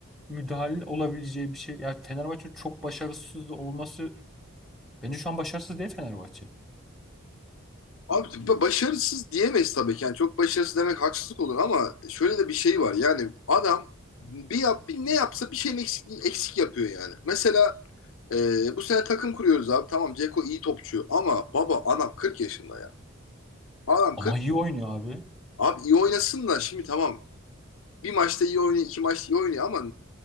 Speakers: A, in the centre; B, on the left.
A: müdahil olabileceği bir şey. Ya Fenerbahçe çok başarısız olması bence şu an başarısız değil Fenerbahçe.
B: Abi ba- başarısız diyemeyiz tabii ki. Yani çok başarısız demek haksızlık olur ama şöyle de bir şey var. Yani adam bir yap bir ne yapsa bir şeyin eksik, eksik yapıyor yani. Mesela e, bu sene takım kuruyoruz abi. Tamam Ceko iyi topçu ama baba adam 40 yaşında ya. Adam
A: Ama
B: 40.
A: iyi oynuyor abi.
B: Abi iyi oynasın da şimdi tamam. Bir maçta iyi oynuyor, iki maçta iyi oynuyor ama